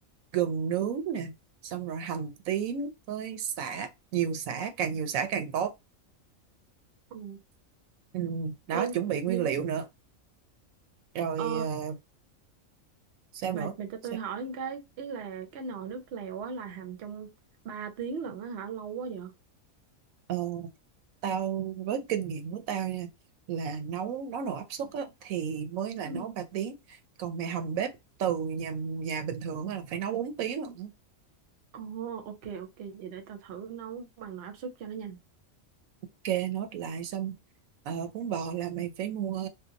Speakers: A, on the right (about 80°); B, on the right (about 60°).
A: gừng nướng nè xong rồi hành tím với sả nhiều sả càng nhiều sả càng tốt
B: Ừ.
A: ừ, đó
B: Ê,
A: chuẩn bị nguyên
B: nhưng
A: liệu nữa rồi
B: ờ,
A: ờ, sao
B: mà
A: nữa
B: mà cho tôi
A: Sao-
B: hỏi một cái ý là cái nồi nước lèo á là hầm trong 3 tiếng lận á hả lâu quá vậy
A: Ờ, tao với kinh nghiệm của tao nha là nấu nấu nồi áp suất á, thì mới là
B: Ừ.
A: nấu 3 tiếng còn mày hầm bếp từ nhà nhà bình thường á là phải nấu 4 tiếng lận
B: Ồ, ok, ok. Vậy để tao thử nấu bằng nồi áp suất cho nó nhanh.
A: kê nốt lại xong ờ, bún bò là mày phải mua